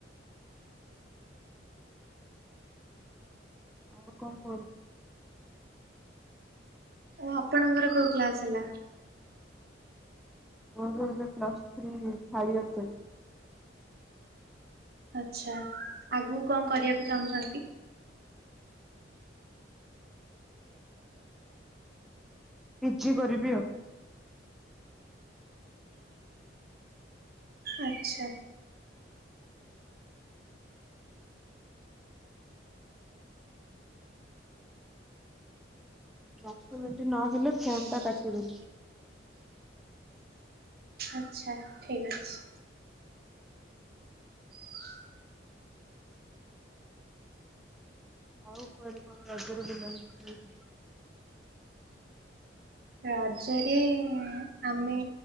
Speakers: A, in the centre; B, on the right.
A: ଆଉ କଣ କୁହ?
B: ଆ ଆପଣଙ୍କର କୋଉ କ୍ଲାସ ହେଲା?
A: ମୋର ଏବେ ପ୍ଲସ୍ ଥ୍ରୀ ଥାଡ ଇଅର ଚାଲିଚି।
B: ଆଚ୍ଛା, ଆଗକୁ କଣ କରିବାକୁ ଚାହୁଁଛନ୍ତି?
A: ପିଜି କରିବି ଆଉ।
B: ଆଚ୍ଛା।
A: ଦଶ ମିନିଟ୍
B: ମିନିଟ
A: ନହେଲେ ଫୋନ
B: ଫୋନଟା
A: ଟା କାଟିବେନି।
B: କାଟିବି। ଆଚ୍ଛା ଠିକ ଅଛି। ହ
A: ଆଉ କୁଆଡେ କଣ ରଜରେ ବୁଲାବୁଲି କରିବେ?
B: ରଜରେ ଆମେ